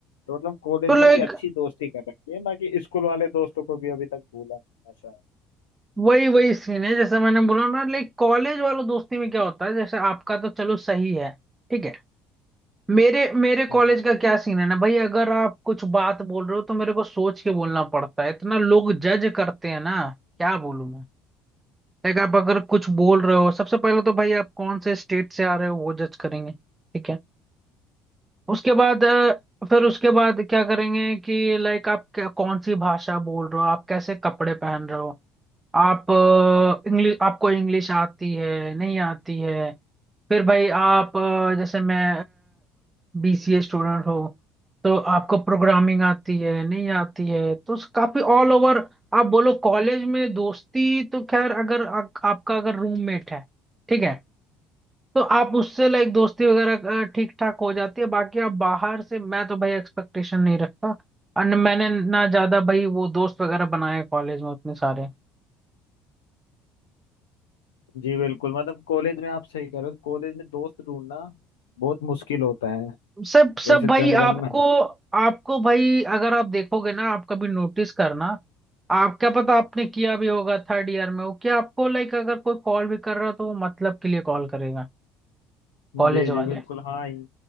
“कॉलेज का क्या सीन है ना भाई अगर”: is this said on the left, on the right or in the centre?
Right